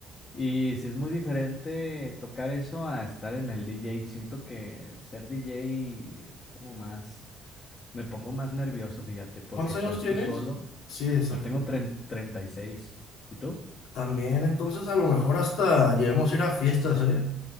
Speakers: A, on the left; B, on the left.
A: Y si es muy diferente tocar eso a estar en el DJ. Siento que ser DJ es como más, me pongo más nervioso, fíjate, porque
B: ¿Cuántos
A: estás
B: años tienes?
A: tú solo.
B: Sí, exacto.
A: Yo tengo tren- treinta ¿Y seis y tú?
B: También, entonces a lo mejor hasta llevemos a ir a fiestas, ¿eh?